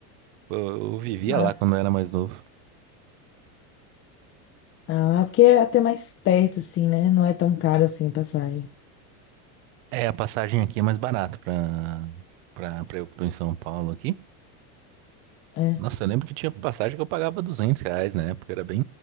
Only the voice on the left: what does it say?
Massa.
Ah, porque é até mais perto, assim, né? Não é tão caro assim a passagem.
É.